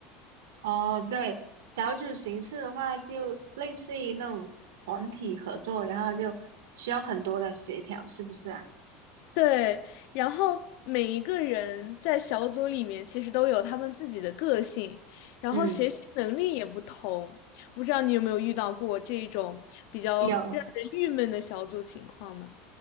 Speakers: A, on the right; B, on the left.
A: 哦，对，小组形式的话，就类似于那种团体合作，然后就需要很多的协调，是不是啊？
B: 对，然后每一个人在小组里面其实都有他们自己的个性，然后学习能力也不同。
A: 嗯，
B: 不知道你有没有遇到过这一种比较让人郁闷的小组情况呢？
A: 有，